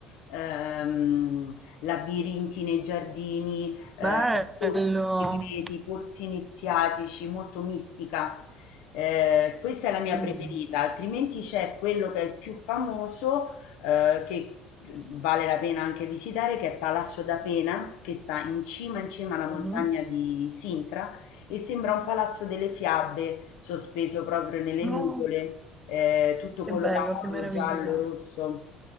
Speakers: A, on the left; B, on the right.
A: ehm, labirinti nei giardini ehm,
B: bello.
A: pozzi segreti, pozzi iniziatici, molto mistica. Ehm, questa è la mia
B: Mm,
A: preferita, altrimenti c'è quello che è il più famoso, ehm, che vale la pena anche visitare, che è Palazzo da Pena, che sta in cima, in cima alla
B: mhm.
A: montagna di Sintra e sembra un palazzo delle fiabe sospeso proprio nelle
B: No,
A: nuvole, eh, tutto
B: che
A: colorato,
B: bello, che meraviglia.
A: giallo, rosso.